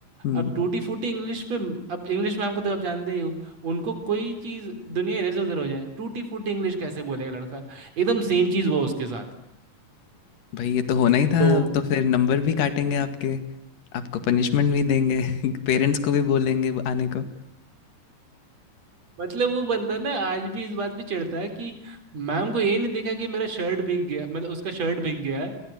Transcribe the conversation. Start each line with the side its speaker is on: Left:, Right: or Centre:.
Left: हम्म।
Right: अब टूटी फूटी इंग्लिश पे अब इंग्लिश मैम को तो आप जानते ही हो उनको कोई चीज दुनिया इधर से उधर हो जाए टूटी फूटी इंग्लिश कैसे बोलेगा लड़का एकदम सेम चीज हुआ उसके साथ
Left: भाई ये तो होना ही था
Right: तो
Left: तो फिर नंबर भी काटेंगे आपके आपको पनिशमेंट भी देंगे <laughs> पेरेंट्स को भी बोलेंगे वो आने को
Right: मतलब वो बंदा ना आज भी इस बात पे चिढ़ता है कि मैम को ये नहीं दिखा कि मेरा शर्ट भीग गया मतलब उसका शर्ट भीग गया है